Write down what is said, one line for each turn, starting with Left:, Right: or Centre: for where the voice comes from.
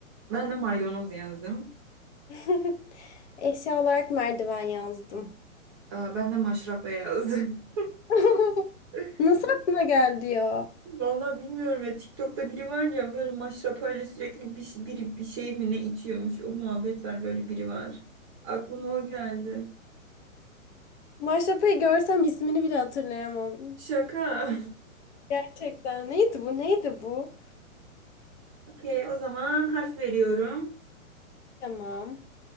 Right: Ben de maydanoz yazdım.
Left: <laughs> Eşya olarak merdiven yazdım.
Right: Ee, Ben de maşrapa yazdım.
Left: <laughs>
Right: <laughs>
Left: Nasıl aklına geldi ya?
Right: Vallahi bilmiyorum ya TikTok'ta biri var ya böyle maşrapayla sürekli bir, biri bir şey mi ne içiyormuş o muhabbet var böyle biri var. Aklıma o geldi.
Left: Maşrapayı görsem ismini bile hatırlayamam.
Right: Şaka.
Left: Gerçekten neydi bu? Neydi bu?
Right: <laughs> Okey o zaman harf veriyorum.
Left: Tamam.